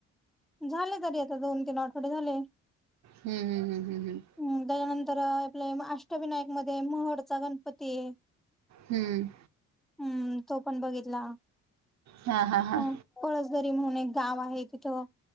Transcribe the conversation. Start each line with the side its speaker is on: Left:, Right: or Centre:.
Centre: झाले तरी आता दोन तीन आठवडे झाले.
Right: हम्म हम्म हम्म हम्म.
Centre: हम्म त्याच्यानंतर आपल्या अष्टविनायकमध्ये महडचा गणपती आहे.
Right: हम्म.
Centre: हम्म तो पण बघितला.
Right: हा हा हा.
Centre: अ पळसदरी म्हणून एक गाव आहे तिथं.